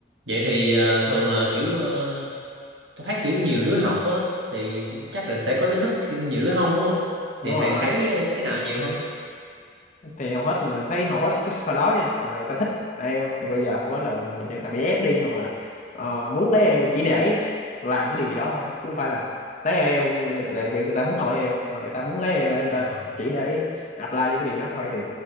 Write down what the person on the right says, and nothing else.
vậy thì ờ, thường là kiểu ờ, tôi thấy kiểu nhiều đứa học á thì cũng chắc là sẽ có đứa thích khi nhiều đứa không đúng không
thì thầy
thấy cái nào nhiều hơn
Ờ.